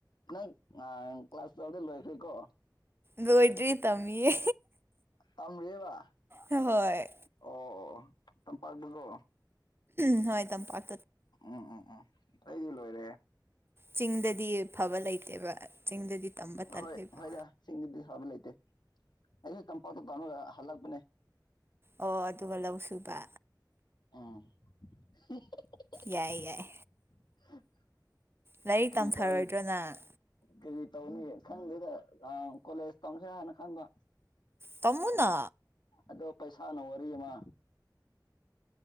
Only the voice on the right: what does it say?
ꯂꯣꯏꯗ꯭ꯔꯤ ꯇꯝꯃꯤꯌꯦ
ꯍꯣꯏ
ꯎ ꯍꯣꯏ ꯇꯝ ꯄꯥꯛ
ꯆꯤꯡꯗꯗꯤ ꯐꯕ ꯂꯩꯇꯦꯕ ꯆꯤꯡꯗꯗꯤ ꯇꯝꯕ ꯇꯜꯂꯦꯕ
ꯑꯣ ꯑꯗꯨꯒ ꯂꯧ ꯁꯨꯕ
ꯌꯥꯏ ꯌꯥꯏ ꯂꯥꯏꯔꯤꯛ
ꯇꯝꯊꯔꯣꯏꯗ꯭ꯔꯣ
ꯅꯪ
ꯇꯃꯨꯅ